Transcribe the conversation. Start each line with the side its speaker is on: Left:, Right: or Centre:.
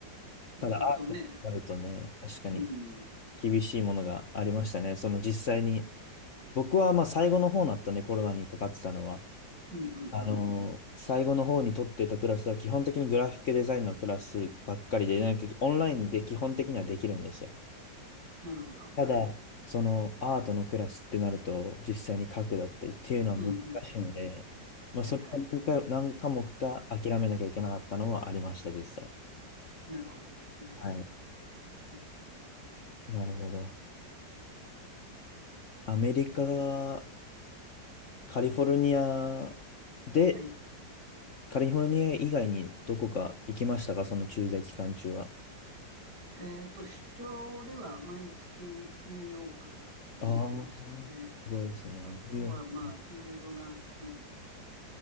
Right: そうするとね、
Left: ただ、アートになるとね、確かに
Right: うん、うん
Left: 厳しいものがありましたね。その実際に僕はまあ最後の方になったね、コロナにかかってたのは。
Right: うんうん。
Left: あのー最後の方に取ってたクラスは基本的にグラフィックデザインのクラスばっかりで、なんかオンラインで基本的にはできるんですよ。
Right: なるほど。
Left: ただ、
Right: はい。
Left: そのアートのクラスってなると、実際に書くだったりっていうのは難しいので、
Right: うんうんうんうん。
Left: まあそれが何か、
Right: はいはい。
Left: 何科目か諦めなきゃいけなかったのはありました、実際。
Right: なるほどですね。
Left: はい。
Right: うん
Left: なるほど。アメリカ、カリフォルニアで
Right: はい。
Left: カリフォルニア以外にどこか行きましたかその駐在期間中は。
Right: えっと、出張では毎月ニューヨークに行ってましたね。
Left: ああ、すごいですね。
Right: あとは、
Left: ニューヨーク。
Right: まあ、いろいろな、なんでしょう。